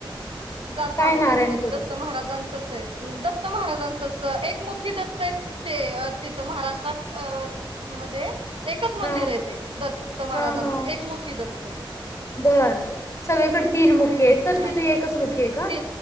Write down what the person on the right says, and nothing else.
जातो
आम्ही
कधी कधी दत्त महाराजांचं आहे. दत्त महाराजांचंच एकमुखी दत्त आहे ते तिथं महाराष्ट्रात अ म्हणजे एकच मंदिर
आहे ते दत्त महाराजांचं
एक मूखी दत्त.
हम्म
नाय
ती